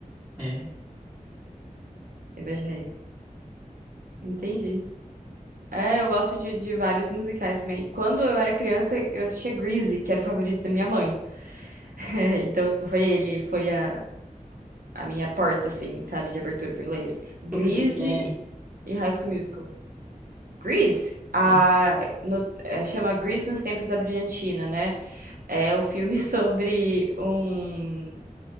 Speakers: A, on the right (about 20°); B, on the right (about 80°).
A: É.
B: Imaginei. Entendi. É, eu gosto de, de vários musicais também. Quando eu era criança, eu assistia Grease, que era o favorito da minha mãe. <laughs> Então foi ele, foi a, a minha porta, assim, sabe, de abertura pro inglês. Grease
A: Sobre o que que é...
B: e High School Musical. Grease? A,
A: é.
B: no- é, chama Grease nos Tempos da Brilhantina, né? É um filme <laughs> sobre um,